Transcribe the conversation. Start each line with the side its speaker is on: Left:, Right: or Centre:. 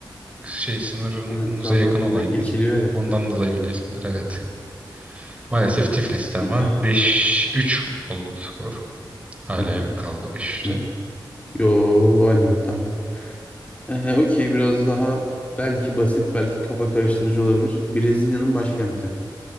Right: şey sınırımıza
Left: Aynen Trabzon'dan
Right: yakın olan
Left: direkt
Right: yer.
Left: geçiliyor ya.
Right: Ondan
Left: Dedim,
Right: dolayı biliyorsundur evet. Maalesef
Left: Batum.
Right: Tiflis'te ama
Left: <clears throat>
Right: 5-3 oldu skor. Hala
Left: 500
Right: kaldı 5-3'te.
Left: mü? Yo aynen tamam. Ee, okey biraz daha belki basit belki kafa karıştırıcı olabilir. Brezilya'nın başkenti.